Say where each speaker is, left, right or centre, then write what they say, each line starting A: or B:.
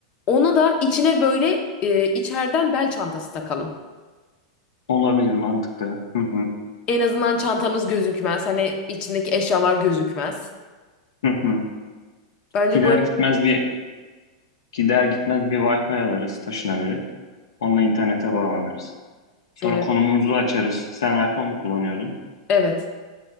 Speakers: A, on the left (about 40°); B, on the left (about 75°).
A: Ona da içine böyle e, içeriden bel çantası takalım.
B: Olabilir mantıklı. Hı hı.
A: En azından çantamız gözükmez. Hani içindeki eşyalar gözükmez.
B: Hı hı.
A: Bence
B: Gider
A: böyle
B: gitmez bir gider gitmez bir Wi-Fi alırız taşınabilir. Onunla internete bağlanırız. Sonra
A: evet
B: konumumuzu açarız. Sen iPhone mu kullanıyordun?
A: evet.